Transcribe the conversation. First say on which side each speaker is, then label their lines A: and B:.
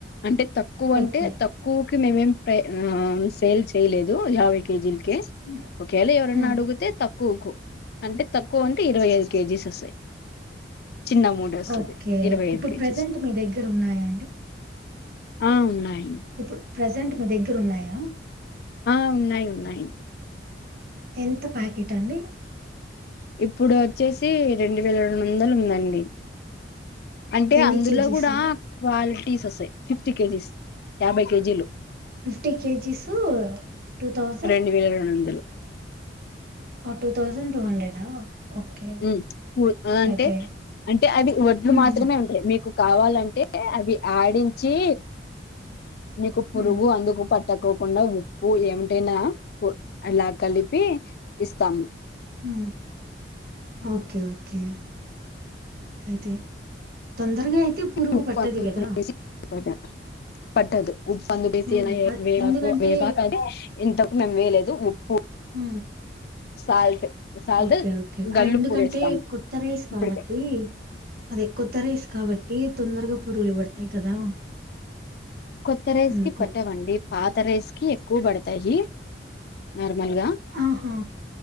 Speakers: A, on the left (about 60°); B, on the right (about 55°).
A: అంటే తక్కువ అంటే
B: ఓకే.
A: తక్కువ్ మేమేం ప్రై అహ్ సేల్ చేయలేదు యాబై కేజీల్ కె
B: హ్మ్.
A: ఓకేలే ఎవరన్న
B: హ్మ్.
A: అడుగుతె తక్కువుకు అంటే తక్కువన్ కి ఇరవై ఐదు కేజీస్ సొస్తయ్ చిన్న మూడొస్తది
B: ఓకే.
A: ఇరవై
B: ఇప్పుడు
A: ఐదు కేజీస్
B: ప్రెజెంట్ మీ దగ్గరున్నాయా
A: ఆ ఉన్నాయ్
B: ఇప్పుడ్ ప్రజెంట్ మీ దెగ్గరున్నాయ
A: ఆ ఉన్నాయ్ ఉన్నాయ్
B: ఎంత ప్యాకీట్ అండి
A: ఇప్పుడు వచ్చేసి రెండు వేల రొండు వందల్ ఉందండి అంటె
B: ఎన్ని
A: అందులో
B: కేజీసు?
A: కూడా క్వాల్ టీస్ ఒస్తయ్ ఫిఫ్టీ కేజీస్ యాబై కేజీలు
B: ఫిఫ్టీ కేజీస్సు టు థౌజన్
A: రెండు వేల రెండు వందలు
B: టు థౌసండ్ టూ హండ్రెడ్ ఆ ఓకే.
A: ఉ ఉ అ అంటె
B: అయితే
A: అంటె అది వడ్లు
B: ఉహు
A: మాత్రమే ఉంటయి మీకు కావాల అంటే అవి ఆడించీ నీకు పురుగు
B: ఉ
A: అందుకు పట్ తక్కుకుండా ఉప్పు ఏమ్టైనా ఉ అలా కలిపి ఇస్తాము
B: ఊ ఓకే ఓకే ఐతే తొందరగా అయితే పురుగు
A: ఉప్పు
B: పట్టది
A: అందుకు
B: కదా
A: వేసి పట్టదు ఉప్పు అందువేసిన
B: ఉమ్ అ
A: వేప
B: ఎందుకంటే
A: వేపాకు అది ఇంతకు మేమ్ వేయలేదు ఉప్పు
B: ఉ
A: సాల్ట్ సాల్ట్
B: ఓకే ఓకే
A: గల్లుప్పు
B: ఆ ఎందుకంటే
A: వేస్తాము
B: కొత్త రైస్
A: ఇప్పటికే
B: కావట్టి అదె కొత్త రైస్ కాబట్టి తొందరగా పురుగులు పడ్తయ్ కదా
A: కొత్త రైస్
B: అందుకు
A: కి పట్టవండి పాత రైస్ కి ఎక్కువ బడతాయి నర్ ర్మల్గా
B: ఆహా